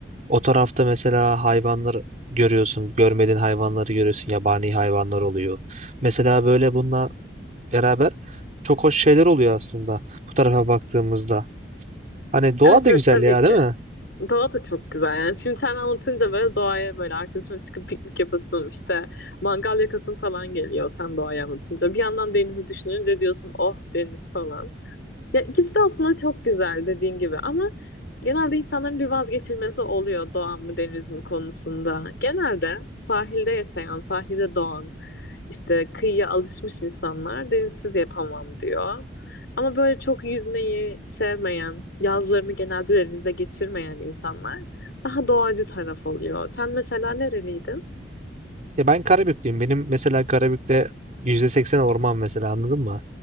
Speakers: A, on the right; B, on the left.
A: O tarafta mesela hayvanlar görüyorsun, görmediğin hayvanları görüyorsun, yabani hayvanlar oluyor. Mesela böyle bununla beraber çok hoş şeyler oluyor aslında bu tarafa baktığımızda. Hani doğa
B: Evet
A: da
B: evet
A: güzel
B: tabii
A: ya değil
B: ki.
A: mi?
B: Doğa da çok güzel yani. Şimdi sen anlatınca böyle doğaya böyle arkadaşımla çıkıp piknik yapasım işte mangal yakasım falan geliyor sen doğayı anlatınca. Bir yandan denizi düşününce diyorsun oh deniz falan. Ya ikisi de aslında çok güzel dediğin gibi ama genelde insanların bir vazgeçilmezi oluyor doğa mı deniz mi konusunda. Genelde sahilde yaşayan, sahilde doğan, işte kıyıya alışmış insanlar denizsiz yapamam diyor. Ama böyle çok yüzmeyi sevmeyen, yazlarını genelde denizde geçirmeyen insanlar daha doğacı taraf oluyor. Sen mesela nereliydin?
A: Ya ben Karabüklüyüm. Benim mesela Karabük'te %80 orman mesela anladın mı?